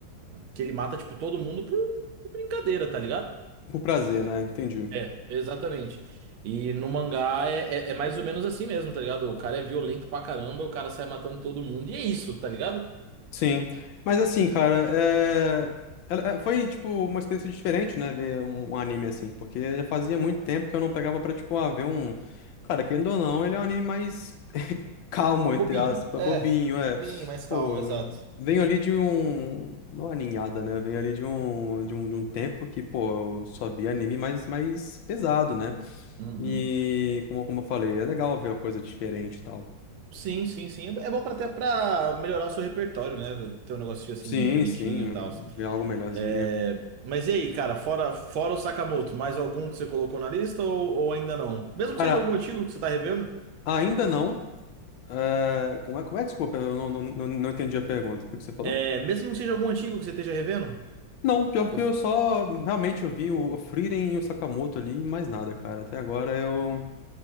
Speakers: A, on the right; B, on the left.
A: que ele mata tipo todo mundo por, por brincadeira, tá ligado?
B: Por prazer, né? Entendi.
A: É, exatamente. E no mangá é, é, é mais ou menos assim mesmo, tá ligado? O cara é violento pra caramba, o cara sai matando todo mundo e é isso, tá ligado?
B: Sim. Mas assim, cara, é... ela- é, foi, tipo, uma experiência diferente, né? Ver um, um anime assim. Porque já fazia muito tempo que eu não pegava pra, tipo, ah, ver um. Cara, querendo ou não, ele é um anime mais <laughs> calmo,
A: Bobinho,
B: entre aspas,
A: é,
B: bobinho,
A: bobinho,
B: é.
A: mais calmo,
B: Pô,
A: exato.
B: venho ali de um. Não aninhada, né? Venho ali de um, de um, de um tempo que, pô, eu só via anime mais, mais pesado, né?
A: Uhum.
B: E, como, como eu falei, é legal ver uma coisa diferente e tal.
A: Sim, sim, sim. É bom pra até pra melhorar o seu repertório, né? Ter um negocinho assim
B: Sim,
A: diferentinho
B: sim,
A: e tal.
B: ver algo melhorzinho.
A: É, Mas e aí, cara, fora, fora o Sakamoto, mais algum que você colocou na lista ou, ou ainda não? Mesmo
B: Cara,
A: que seja algum antigo que você tá revendo?
B: ainda não. É, como é, como é? Desculpa, eu não, não, não, não entendi a pergunta. O que você falou?
A: É, mesmo que seja algum antigo que você esteja revendo?
B: Não, pior
A: Eu-
B: que eu só realmente eu vi o Frieren e o Sakamoto ali e mais nada, cara. Até agora eu